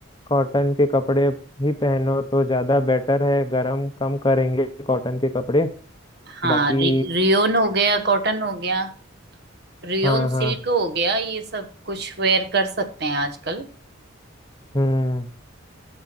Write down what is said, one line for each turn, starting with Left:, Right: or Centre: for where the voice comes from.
Left: कॉटन के कपड़े ही पहनो तो ज्यादा बेटर है गरम कम करेंगे कॉटन के कपड़े
Right: हाँ
Left: बाकी
Right: रि, रियोन हो गया कॉटन हो गया रियोन
Left: हाँ हाँ
Right: सिल्क हो गया ये सब कुछ वेयर कर सकते हैं आजकल
Left: हम्म